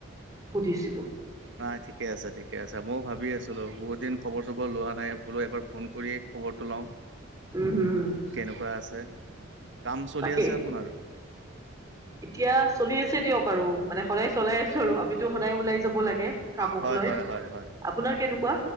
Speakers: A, on the right (about 15°); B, on the right (about 60°).
A: সুধিছিলোঁ।
B: নাই ঠিকে আছে ঠিকে আছে ময়ো ভাবি আছিলো বহুত দিন খবৰ চবৰ লোৱা নাই। বোলে এবাৰ ফোন কৰি খবৰটো লওঁ
A: উম হম হম
B: কেনেকুৱা আছে। কাম চলি
A: তাকে
B: আছে আপোনাৰ?
A: এতিয়া চলি আছে দিয়ক আৰু, মানে সদায় চলাই আছোঁ আৰু আমিতো সদায় ওলাই যাব লাগে। কামক
B: হয়
A: লৈ
B: হয় হয় হয়
A: আপোনাৰ কেনেকুৱা